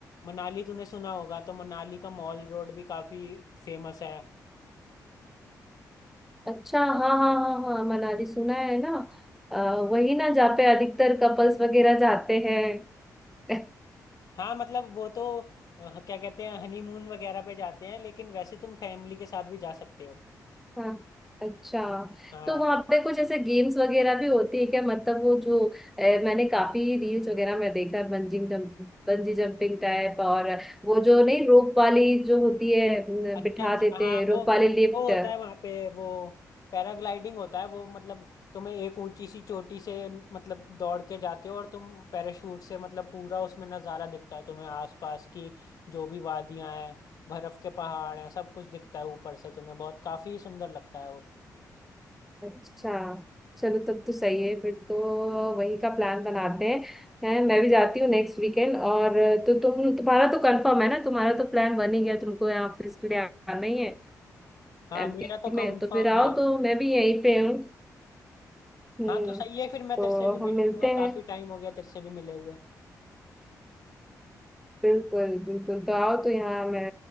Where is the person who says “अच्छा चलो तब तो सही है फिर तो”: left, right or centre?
Centre